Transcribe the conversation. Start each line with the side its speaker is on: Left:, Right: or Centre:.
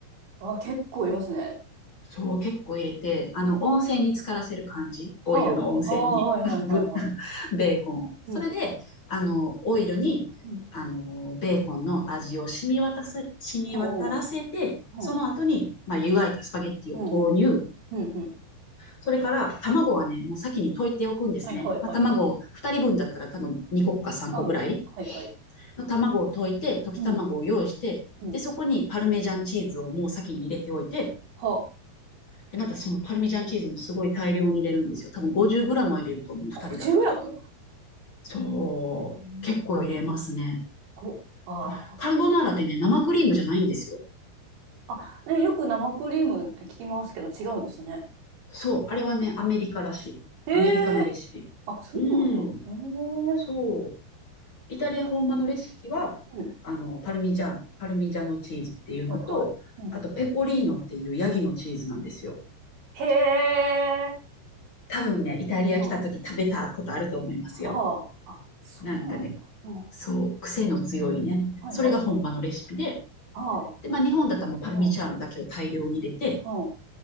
Right: あ、結構いますね。
Left: そう、結構入れて、
Right: えー
Left: あの、温泉に浸からせる感じ。
Right: はあ。
Left: オイルの温泉に。
Right: ああ、はいはいはいはい。
Left: <laughs> ぶベーコンを。それで、
Right: うん。
Left: あの、オイルに、
Right: うん。
Left: あの、ベーコンの味を染み渡す、染み渡らせて、
Right: おうおうおう。
Left: その後に、まあ、湯がいたスパゲッティを投入。
Right: うんうん。うんうん。
Left: それから、卵はね、もう先に溶いておくんですね。
Right: はいはいはいはい。
Left: まあ、卵を、二人分だったら多分2個か3個ぐらい
Right: うん。はいはい。
Left: の卵を溶いて、溶き卵を用意して、
Right: うん。うん。
Left: で、そこにパルメジャンチーズをもう先に入れておいて、
Right: はあ。
Left: で、またそのパルミジャンチーズもすごい大量に入れるんですよ。多分 50g は入れると思う、
Right: 50グラム
Left: 2人だったら。そう。
Right: えー
Left: 結構入れますね。
Right: こ、あ
Left: あ、カルボナーラってね、生クリームじゃないんですよ。
Right: あ。あ、ね、よく生クリームって聞きますけど違うんですね。
Left: そう。あれはね、
Right: う
Left: アメリカらしい。
Right: んへえ。
Left: アメリカのレシピ。
Right: あ、そうなんだ。
Left: うん。
Right: へ
Left: そう。
Right: え。
Left: イタリア本場のレシピは、
Right: うん。
Left: あの、パルミジャン、パルミジャノチーズっていうのと、
Right: はいはい。うん。
Left: あとペコリーノっていうヤギのチーズなんですよ。
Right: へえ。
Left: 多分ね、イタリア来た時食べたことあると思いますよ。
Right: うん。はあ。あ、そうなんだ。
Left: なんかね、
Right: うん。は
Left: そう、癖の強いね。
Right: いはいはい。
Left: それが本場のレシピで、
Right: は
Left: で、まあ日本だったらもうパルミチャーノだけを大量に入れて、
Right: あ。うん。うん。